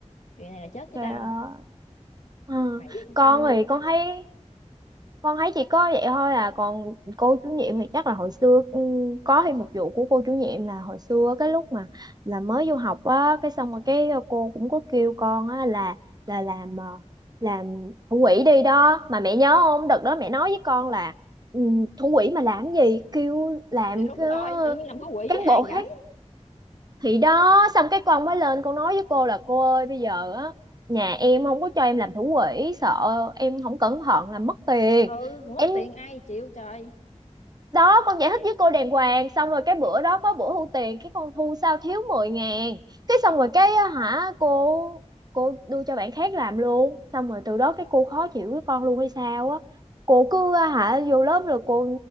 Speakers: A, on the left (about 75°); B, on the right (about 35°).
A: chuyện này là chết với
B: trời
A: tao
B: ơi Ừ.
A: mày yên
B: con
A: tâm đi
B: thì con thấy con thấy chỉ có vậy thôi à còn cô chủ nhiệm thì chắc là hồi xưa ừ, có thêm một vụ của cô chủ nhiệm là hồi xưa cái lúc mà là mới vô học á cái xong rồi cái cô cũng có kêu con á là là làm ờ, làm thủ quỹ đi đó mà mẹ nhớ không đợt đó mẹ nói với con là ừ, thủ quỹ mà làm cái gì kêu làm
A: thì đúng
B: cái
A: rồi tự nhiên làm cái quỷ
B: cán
A: ai
B: bộ khác
A: rảnh
B: thì đó xong cái con mới lên con nói với cô là cô ơi bây giờ á nhà em không có cho em làm thủ quỹ sợ em không cẩn thận là mất tiền
A: ừ người mất
B: em
A: tiền ai chịu trời
B: đó con giải thích với cô đàng hoàng xong rồi cái bữa đó có bữa thu tiền cái con thu sao thiếu mười ngàn cái xong rồi cái á, hả cô cô đưa cho bạn khác làm luôn xong rồi từ đó cái cô khó chịu với con luôn hay sao á cô cứ á, hả vô lớp rồi cô